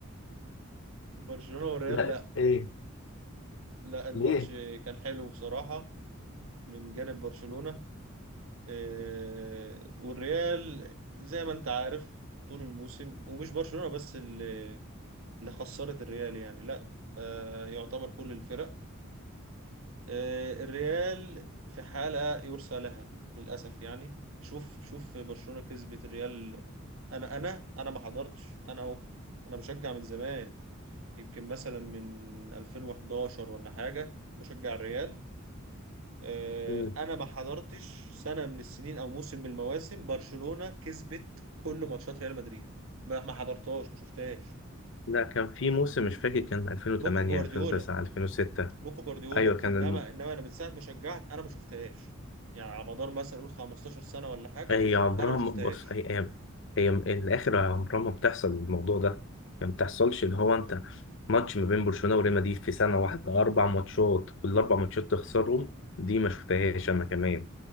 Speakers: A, on the right (about 80°); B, on the left (about 60°).
A: برشلونة والريال
B: لا
A: لا
B: ايه
A: لا الماتش
B: ليه
A: كان حلو بصراحة من جانب برشلونة آه، والريال زي ما انت عارف طول الموسم ومش برشلونة بس اللي اللي خسرت الريال يعني لا آه، يعتبر كل الفرق آه، الريال في حالة يرثى لها للأسف يعني شوف شوف برشلونة كسبت الريال انا انا انا ما حضرتش انا اهو انا بشجع من زمان يمكن مثلا من 2011 ولا حاجة بشجع الريال آه،
B: مم.
A: انا ما حضرتش سنه من السنين او موسم من المواسم برشلونه كسبت كل ماتشات ريال مدريد ما ما حضرتهاش ما شفتهاش
B: لا كان في موسم مش فاكر كان 2008
A: ممكن جوارديولا
B: 2009 2006
A: ممكن جوارديولا
B: ايوه كان
A: انما
B: الم...
A: انما انا من ساعه ما شجعت انا ما شفتهاش يعني على مدار مثلا قول 15 سنه ولا حاجه
B: هي عمرها
A: انا ما
B: ما-
A: شفتهاش
B: بص هي هي, هي م- الاخر عمرها ما بتحصل الموضوع ده يعني ما بتحصلش اللي هو انت ماتش ما بين برشلونة وريال مدريد في سنة واحدة اربع ماتشات والاربع ماتشات تخسرهم دي ما شفتهاش انا كمان